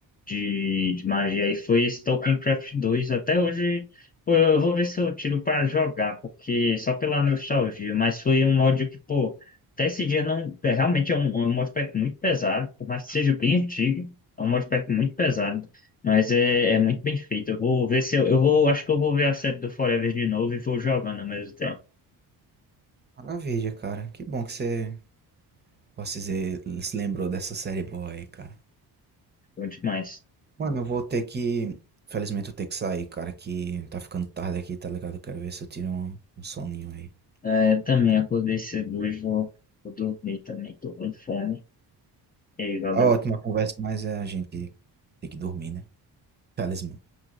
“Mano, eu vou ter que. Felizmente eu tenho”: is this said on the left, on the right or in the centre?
Right